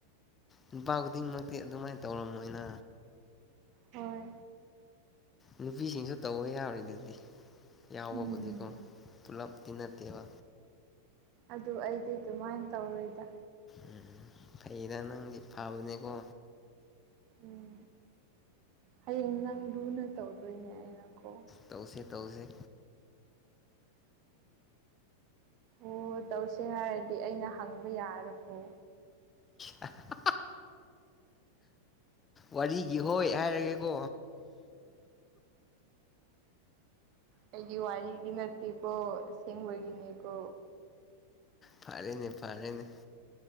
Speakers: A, on the left; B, on the right.
A: ꯅꯨꯄꯥ ꯈꯨꯗꯤꯡꯃꯛꯇꯤ ꯑꯗꯨꯃꯥꯏꯅ ꯇꯧꯔꯝꯃꯣꯏꯅ
B: ꯍꯣꯏ
A: ꯅꯨꯄꯤꯁꯤꯡꯁꯨ ꯇꯧꯕ ꯌꯥꯎꯔꯤꯗꯨꯗꯤ ꯌꯥꯎꯕꯕꯨꯗꯤꯀꯣ
B: ꯎꯝ
A: ꯄꯨꯂꯞꯇꯤ ꯅꯠꯇꯦꯕ
B: ꯑꯗꯨ ꯑꯩꯗꯤ ꯑꯗꯨꯃꯥꯏꯟ ꯇꯧꯔꯣꯏꯗ
A: ꯎꯝ ꯐꯩꯗ ꯅꯪꯗꯤ ꯐꯕꯅꯦꯀꯣ
B: ꯎꯝ ꯍꯌꯦꯡ ꯅꯪ ꯂꯨꯅ ꯇꯧꯗꯣꯏꯅꯦ ꯑꯩꯅꯀꯣ
A: ꯇꯧꯁꯦ ꯇꯧꯁꯦ
B: ꯑꯣ ꯇꯧꯁꯦ ꯍꯥꯏꯔꯗꯤ ꯑꯩꯅ ꯍꯪꯕ ꯌꯥꯔꯕꯣ
A: ꯍꯥ ꯋꯥꯔꯤꯒꯤ ꯍꯣꯏ ꯍꯥꯏꯔꯒꯦꯀꯣ
B: ꯑꯩꯗꯤ ꯋꯥꯔꯤꯒꯤ ꯅꯠꯇꯦꯀꯣ ꯑꯁꯦꯡꯕꯒꯤꯅꯤꯀꯣ
A: ꯐꯥꯔꯦꯅꯦ ꯐꯥꯔꯦꯅꯦ